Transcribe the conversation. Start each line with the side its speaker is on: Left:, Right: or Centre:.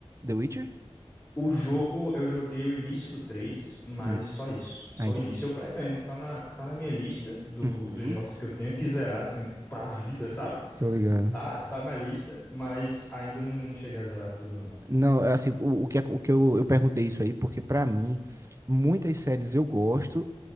Right: The Witcher?
Left: O jogo, eu joguei o início do 3, mas
Right: Hum.
Left: só isso. Só
Right: Ah, ent-
Left: o início. Eu pretendo, tá na, tá na minha lista do,
Right: Uhum.
Left: dos jogos que eu tenho que zerar, assim, pra vida, sabe?
Right: Tô ligado.
Left: Tá, tá na lista, mas ainda não, não cheguei a zerar tudo, não.
Right: Não, é assim, o, o que, é, o que eu, eu perguntei isso aí, porque pra mim, muitas séries eu gosto,